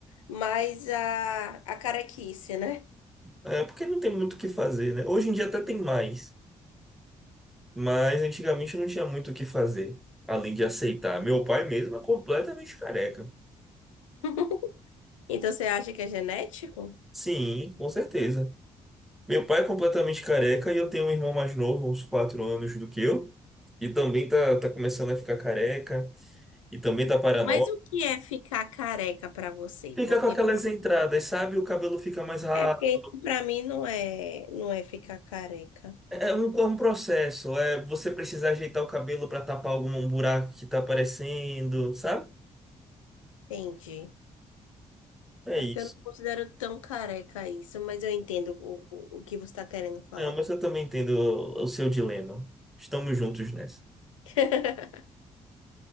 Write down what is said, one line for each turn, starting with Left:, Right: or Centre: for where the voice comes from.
Left: mais a, a carequice, né?
Centre: É, porque não tem muito o que fazer, né? Hoje em dia até tem mais, mas antigamente não tinha muito o que fazer, além de aceitar. Meu pai mesmo é completamente careca.
Left: <laughs> Então você acha que é genético?
Centre: Sim, com certeza. Meu pai é completamente careca e eu tenho um irmão mais novo, uns quatro anos do que eu, e também tá, tá começando a ficar careca, e também tá paranoico.
Left: Mas o que é ficar careca pra você?
Centre: Fica
Left: Porque
Centre: com aquelas entradas, sabe? O cabelo fica mais rápido.
Left: é porque para mim não é, não é ficar careca.
Centre: É é um, é um processo, é você precisa ajeitar o cabelo para tapar algum buraco que tá aparecendo, sabe?
Left: Entendi.
Centre: É
Left: É
Centre: isso.
Left: porque eu não considero tão careca isso, mas eu entendo o, o, o que você está querendo falar.
Centre: Não, mas eu também entendo o o seu dilema. Estamos juntos nessa.
Left: <laughs>